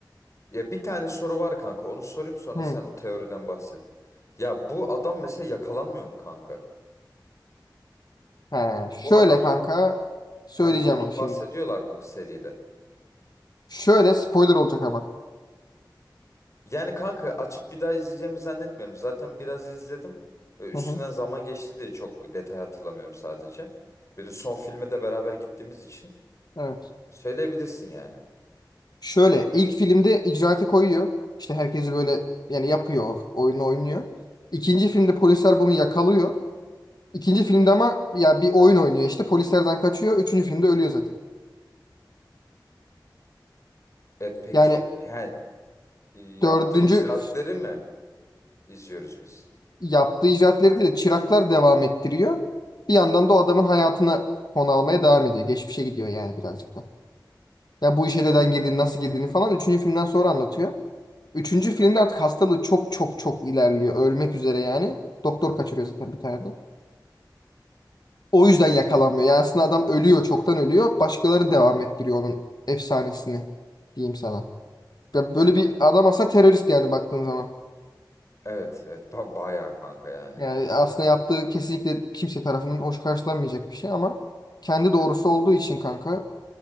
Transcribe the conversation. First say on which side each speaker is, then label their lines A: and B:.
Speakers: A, on the left (about 40°); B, on the left (about 60°).
A: Ya bir tane soru var kanka. Onu sorayım sonra
B: Hı.
A: sen o teoriden bahset. Ya bu adam mesela yakalanmıyor mu kanka?
B: He,
A: Bu
B: şöyle
A: adama
B: kanka söyleyeceğim
A: Hani bunun
B: onu şimdi.
A: bahsediyorlar mı seride?
B: Şöyle spoiler olacak ama.
A: Yani kanka açıp bir daha izleyeceğimi zannetmiyorum. Zaten biraz izledim ve üstünden
B: Hı hı,
A: zaman geçti diye çok detay hatırlamıyorum sadece. Bir de son filme de beraber gittiğimiz için
B: evet.
A: söyleyebilirsin yani.
B: Şöyle ilk filmde icraatı koyuyor. İşte herkesi böyle yani yapıyor, oyunu oynuyor. İkinci filmde polisler bunu yakalıyor. İkinci filmde ama ya bir oyun oynuyor işte polislerden kaçıyor. Üçüncü filmde ölüyor zaten.
A: E peki
B: Yani
A: yani yaptığı
B: dördüncü
A: icraatleri mi izliyoruz biz?
B: yaptığı icraatleri değil de çıraklar devam ettiriyor. Bir yandan da o adamın hayatına konu almaya devam ediyor. Geçmişe gidiyor yani birazcık da. Ya bu işe
A: Hmm.
B: neden girdiğini, nasıl girdiğini falan üçüncü filmden sonra anlatıyor. Üçüncü filmde artık hastalığı çok çok çok ilerliyor. Ölmek üzere yani. Doktor kaçırıyor zaten bir tane de. O yüzden
A: Hı
B: yakalanmıyor.
A: hı,
B: Yani aslında adam ölüyor. Çoktan ölüyor. Başkaları devam ettiriyor onun efsanesini. Diyeyim sana. Ya böyle
A: anladım.
B: bir adam aslında terörist yani baktığın zaman.
A: Evet, evet ba- bayağı kanka yani.
B: Yani aslında yaptığı kesinlikle kimse tarafından hoş karşılanmayacak bir şey ama kendi doğrusu
A: Evet.
B: olduğu için kanka